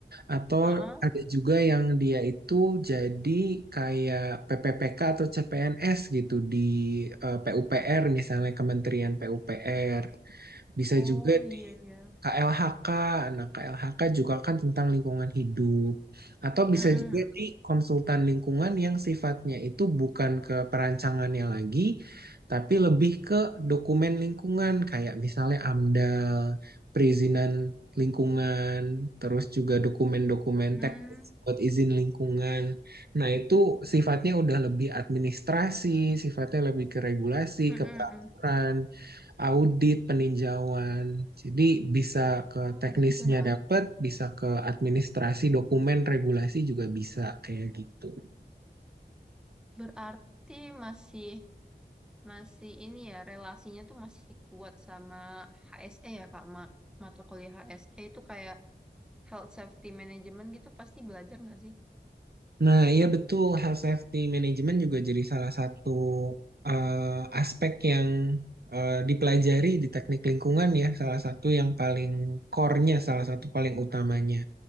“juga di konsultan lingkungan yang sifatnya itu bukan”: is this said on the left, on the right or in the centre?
Right